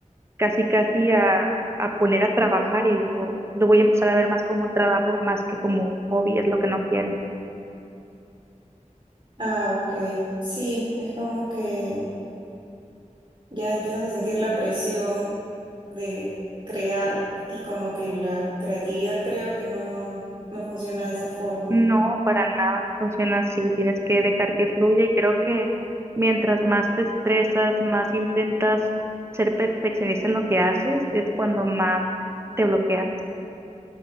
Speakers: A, on the right; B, on the right.
A: casi casi a, a poner a trabajar y digo, lo voy a empezar a ver más como un trabajo más que como un hobby, es lo que no quiero.
B: Ah, ok. Sí, es como que ya empiezas a sentir la presión de crear y como que la creatividad creo que no, no funciona de esa forma,
A: No,
B: ¿no?
A: para nada, no funciona así. Tienes que dejar que fluya y creo que mientras más te estresas, más intentas ser perfeccionista en lo que haces, es cuando más te bloqueas.